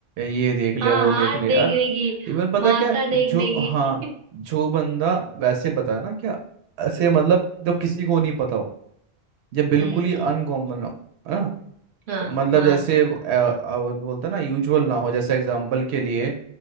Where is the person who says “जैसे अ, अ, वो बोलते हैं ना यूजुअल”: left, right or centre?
Right